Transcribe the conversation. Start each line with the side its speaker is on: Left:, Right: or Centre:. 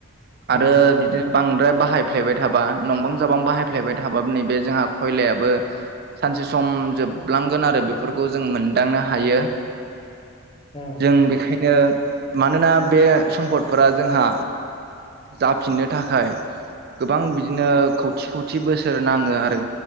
Left: औ
Right: आरो बिदिनो बांद्राय बाहायफ्लेयबाय थाबा नंबां जाबां बाहाय फ्लेबाय थाबाबो नैबे जोंहा खयलायाबो सानसे सम जोबलांगोन आरो बेफोरखौ जों मोन मोनदांनो हायो।
Left: <inaudible> औ
Right: जों बेखायनो मानोना बे सम्फदफोरा जोंहा जाफिननो थाखाय गोबां बिदिनो खौथि खौ थि बोसोर नाङो आरो